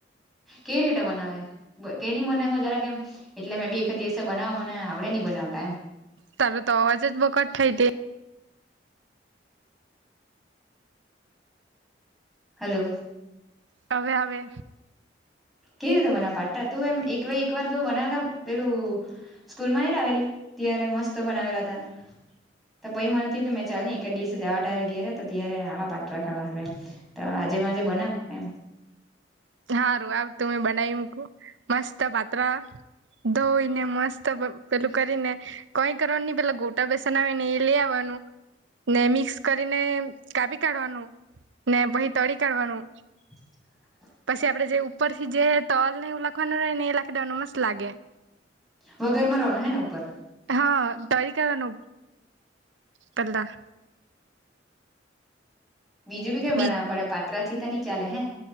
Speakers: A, in the centre; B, on the right.
A: કેવી રીતે બનાવે કે નહી મને હો જરા કેમ એટલે મેં બી એક દિવસે બનાવ મને આવડે નહ બનાવતામ
B: તારા તો અવાજ જ બકટ થાય તે
A: હલો
B: હવે હવે
A: કેવી રીતે બનાવ પાતા તું એમ એક વાર બનાવતા પેલું સ્કૂલમાં આવેલી ત્યારે મસ્ત બનાવેલા હતા તો પછ મને થયું કે મેં ચાલ ને એક જ દિવસે જવાઢારે ઘેરે તો ત્યારે આવા પાટા ખાવા હવેમ આજેમાંજે બનાવ એમ
B: હા રું આવ તું મે બનાવી મુકુ મસ્ત પાત્રા. ધોઈને મસ્ત પેલું કરીને કઈ કરવા નુની પેલા ગોટા બેસન આવી ને એ લે આવવાનું. ને મિક્સ કરીને કાપી કાઢવાનું ને પછી તળી કાઢવાનું.
A: <inaudible>
B: પછી આપડે જે ઉપર થી જે તલ ને એવું લખવાનું રહે ને એ લાખી દેવાનું મસ્ત લાગે.
A: વઘાર માંરવાનું હે ને ઉપર?
B: હા તરી કાડવાનું પેલા.
A: બીજું બી કઈ
B: બીજ
A: બનાવું પડે પાત્રા થી તો નની ચાલે હે.